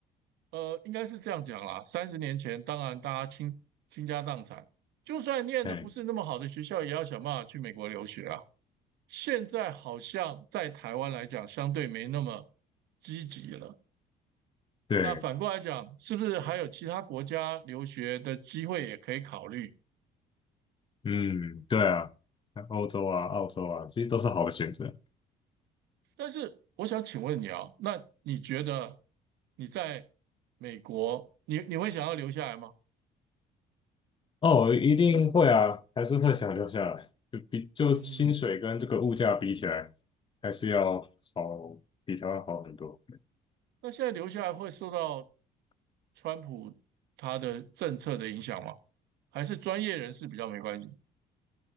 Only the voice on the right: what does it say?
呃，应该是这样讲啦。三十年前，当然大家倾倾家荡产，就算念的不是那么好的学校，
也要想办法去美国留学啊。现在好像在台湾来讲，相对没那么积极了。
那反过来讲，是不是还有其他国家留学的机会也可以考虑？
但是我想请问你啊，那你觉得你在美国，你你会想要留下来吗？
嗯，
那现在留下来会受到川普他的政策的影响吗？还是专业人士比较没关系？